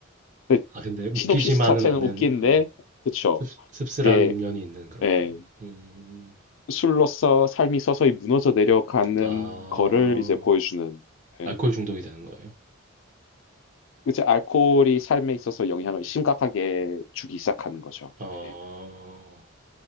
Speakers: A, on the left (about 70°); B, on the right (about 40°).
A: 그
B: 아, 근데 웃기지만은
A: 시놉시스 자체는
B: 않은,
A: 웃긴데
B: 어,
A: 그쵸
B: 씁, 씁쓸한
A: 이제
B: 면이 있는 그런
A: 예,
B: 건. 음,
A: 술로서 삶이 서서히 무너져 내려가는
B: 아,
A: 거를 이제 보여주는 예.
B: 알코올 중독이 되는 거예요?
A: 이제 알코올이 삶에 있어서 영향을 심각하게 주기 시작하는 거죠.
B: 아,
A: 예.